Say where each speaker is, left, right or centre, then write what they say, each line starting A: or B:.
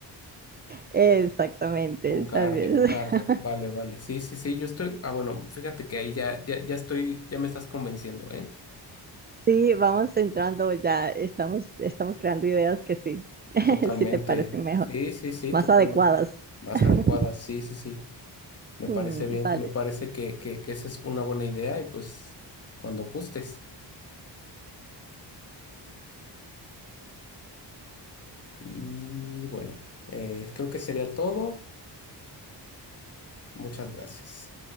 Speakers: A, on the right (about 25°); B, on the left (about 35°).
A: Exactamente,
B: Un cardio,
A: tal vez.
B: un
A: <laughs>
B: cardio. Vale, vale. Sí, sí, sí, yo estoy. Ah, bueno, fíjate que ahí ya, ya, ya estoy, ya me estás convenciendo, ¿eh?
A: Sí, vamos entrando ya, estamos, estamos creando ideas que sí, <laughs>
B: Totalmente.
A: sí te parecen mejor,
B: Sí, sí, sí,
A: más
B: totalmente.
A: adecuadas.
B: Más
A: <laughs>
B: adecuada, sí, sí, sí. Me
A: Mm,
B: parece bien,
A: Vale.
B: me parece que, que, que esa es una buena idea y pues cuando gustes. Y bueno, eh, creo que sería todo. Muchas gracias.